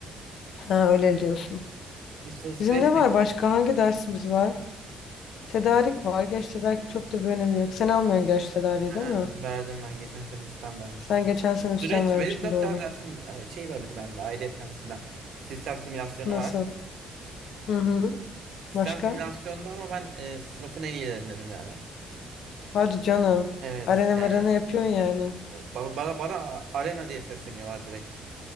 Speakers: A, on the left; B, on the right.
A: Ha öyle diyorsun.
B: İstatistiklerini
A: Bizim ne var
B: de
A: başka? Hangi dersimiz var? Tedarik var. Geç tedarik çok da bir önemi yok. Sen almıyorsun geç tedariği
B: ha,
A: değil mi?
B: verdim ben. Geçen sene üstten vermiştim.
A: Sen geçen sene üstten
B: Süreç
A: vermiştin
B: benim 4
A: doğru.
B: tane dersim e, şey var bir de bende ayrıyetten sizden. Sistem simülasyonu
A: Nasıl?
B: var.
A: Hı hı.
B: Sistem
A: Başka?
B: simülasyonda ama ben e, sınıfın en iyilerindenim yani.
A: Hadi canım.
B: Evet
A: Arena
B: yani
A: merana yapıyorsun yani.
B: bana, bana, bana arena diye sesleniyorlar direkt.